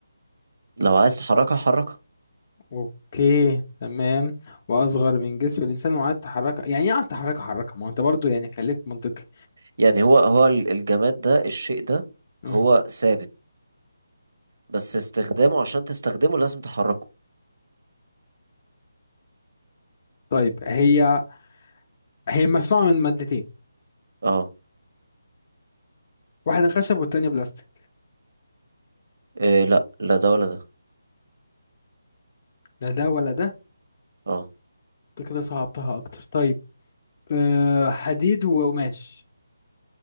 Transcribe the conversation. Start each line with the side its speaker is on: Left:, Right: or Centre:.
Right: لو عايز تحركها حركها
Left: اوكي تمام واصغر من جسم الانسان وعايز تحركها يعني ايه عايز تحركها حركها ما هو انت برضو يعني خليك منطقي
Right: يعني هو هو ال- الجماد ده الشيء ده
Left: امم
Right: هو ثابت بس استخدامه عشان تستخدمه لازم تحركه
Left: طيب هي هي مصنوعه من مادتين
Right: اه
Left: واحده خشب والتانيه بلاستيك
Right: إيه لا لا ده ولا ده
Left: لا ده ولا ده
Right: اه
Left: انت كده صعبتها اكتر طيب أه حديد وقماش